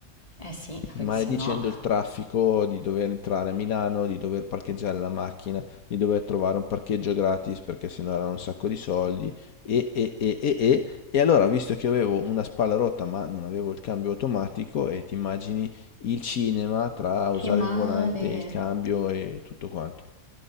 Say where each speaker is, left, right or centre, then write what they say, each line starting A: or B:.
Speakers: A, on the left; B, on the left.
A: Eh sì,
B: maledicendo
A: perché se no...
B: il traffico di dover entrare a Milano, di dover parcheggiare la macchina, di dover trovare un parcheggio gratis perché sennò erano un sacco di soldi e e e e e e allora visto che avevo una spalla rotta ma non avevo il cambio automatico e ti immagini il cinema tra usare
A: Che male.
B: il volante, il cambio e tutto quanto.